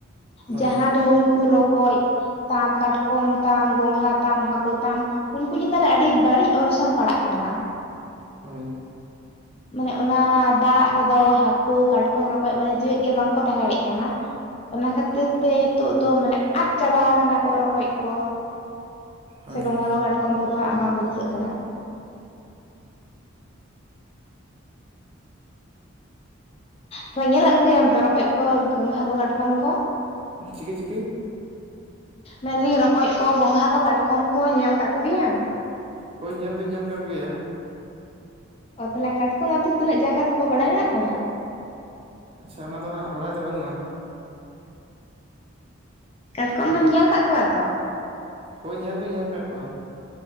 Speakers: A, on the right (about 30°); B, on the left (about 30°).
A: ᱦᱳᱭ
B: ᱡᱟᱦᱟᱸ ᱫᱚᱼᱼ ᱠᱩ ᱨᱚᱠᱚᱡ ᱛᱟᱢ ᱠᱟᱴᱠᱚᱢ ᱛᱟᱢ ᱜᱚᱝᱜᱷᱟ ᱛᱟᱢ ᱦᱟᱹᱠᱩ ᱛᱟᱢ ᱩᱱᱠᱩ ᱪᱮᱛᱟᱱ ᱨᱮ ᱟᱹᱰᱤᱼᱼ ᱵᱟᱹᱲᱤᱡ ᱚᱨᱥᱚᱝ ᱯᱟᱲᱟᱜ ᱠᱟᱱᱟ᱾
A: ᱦᱳᱭ
B: ᱢᱟᱱᱮ ᱚᱱᱟ ᱫᱟᱜ ᱨᱮᱫᱚ ᱦᱟᱹᱠᱩ ᱠᱟᱴᱠᱚᱢ ᱨᱚᱠᱚᱡ ᱢᱟᱱᱮ ᱡᱮᱣᱮᱫ ᱜᱮ ᱵᱟᱝᱠᱚ ᱛᱟᱦᱮᱸ ᱫᱟᱲᱭᱟᱜ ᱠᱟᱱᱟ᱾ ᱚᱱᱟ ᱠᱷᱟᱹᱛᱤᱨ ᱛᱮ ᱦᱮᱛᱳᱜ ᱫᱚ ᱢᱟᱱᱮ ᱟᱫᱽ ᱪᱟᱵᱟ ᱠᱟᱱᱟ ᱠᱚ ᱨᱚᱠᱚᱡ ᱠᱚ᱾
A: ᱦᱳᱭ
B: ᱥᱮ ᱜᱚᱝᱜᱷᱟ
A: ᱦᱳᱭ
B: ᱠᱚ ᱠᱟᱴᱠᱚᱢ ᱠᱚᱫᱚ ᱦᱟᱸᱜ ᱵᱟᱝᱠᱚ ᱪᱤᱠᱟᱹᱜ ᱠᱟᱱᱟ᱾ ᱛᱚ ᱧᱮᱞᱟᱜ ᱠᱚᱜᱮᱭᱟᱢ ᱛᱚ ᱨᱚᱠᱚᱡ ᱠᱚ ᱜᱚᱝᱜᱷᱟ ᱠᱚ ᱠᱟᱴᱠᱚᱢ ᱠᱚ
A: ᱪᱤᱠᱟᱹ ᱪᱤᱠᱟᱹ?
B: ᱢᱮᱱᱞᱤ ᱨᱚᱠᱚᱡ ᱠᱚ ᱜᱚᱝᱜᱷᱟ ᱠᱚ ᱠᱟᱴᱠᱚᱢ ᱠᱚ ᱧᱮᱞ ᱠᱟᱫ ᱠᱚᱜᱮᱭᱟᱢ?
A: ᱦᱳᱭ ᱧᱮᱞ ᱫᱩᱧ ᱧᱮᱞ ᱟᱠᱟᱫ ᱜᱮᱭᱟ᱾
B: ᱚ ᱛᱟᱦᱚᱞᱮ ᱠᱟᱴᱠᱚᱢ ᱟᱛᱳ ᱛᱤᱱᱟᱹᱜ ᱡᱟᱸᱜᱟ ᱛᱟᱠᱚ ᱵᱟᱲᱟᱭ ᱢᱮᱱᱟᱜ ᱛᱟᱢᱟ?
A: ᱟᱪᱪᱷᱟ ᱚᱱᱟ ᱫᱚ ᱦᱟᱸᱜ ᱵᱟᱲᱟᱭ ᱫᱚ ᱵᱟᱹᱱᱩᱜᱼᱟ᱾
B: ᱠᱟᱴᱠᱚᱢ
A: ᱛᱤᱱᱟᱹᱜ
B: ᱫᱚᱢ ᱧᱮᱞ ᱟᱠᱟᱫ ᱠᱚᱣᱟ ᱛᱚ?
A: ᱦᱳᱭ ᱧᱮᱞ ᱫᱩᱧ ᱧᱮᱞ ᱟᱠᱟᱫ ᱠᱚᱣᱟ᱾